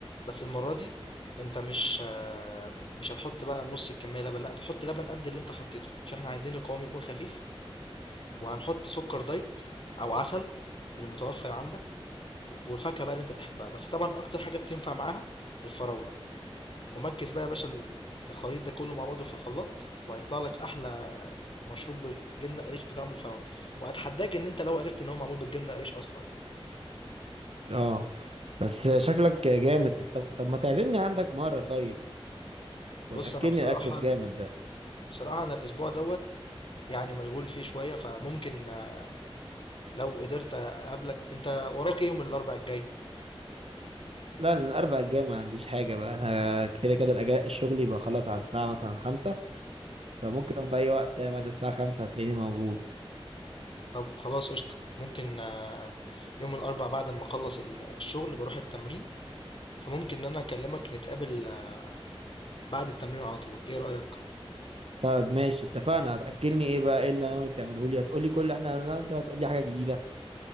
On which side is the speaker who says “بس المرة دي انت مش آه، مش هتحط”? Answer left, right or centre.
Left